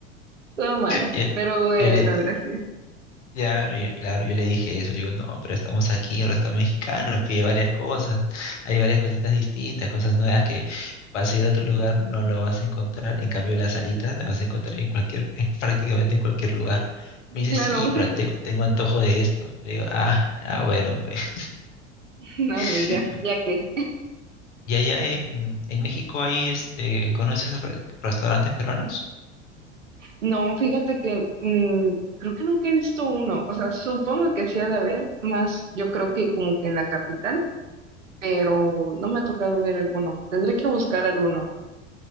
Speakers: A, on the right (about 85°); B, on the left (about 70°).
A: Todo mal,
B: Y él-
A: pero bueno,
B: yo le,
A: gracias.
B: ya, yo- claro, yo le dije eso, le digo, no, pero estamos aquí en un restaurante mexicano, pide varias cosas, hay varias cositas distintas, cosas nuevas que vas a ir a otro lugar, no lo vas a encontrar, en cambio las alitas las vas a encontrar en cualquier, en prácticamente en cualquier lugar. Me dice,
A: Claro,
B: sí, pero ante- tengo antojo de esto. Le digo, ah, ah, bueno, pues.
A: <laughs> no,
B: <laughs>
A: pues ya, ya que.
B: ¿Y allá en, en México hay, este, conoces re- restaurantes peruanos?
A: No, fíjate que mm, creo que nunca he visto uno. O sea, supongo que sí ha de haber, más yo creo que como que en la capital, pero no me ha tocado ver alguno. Tendré que buscar alguno,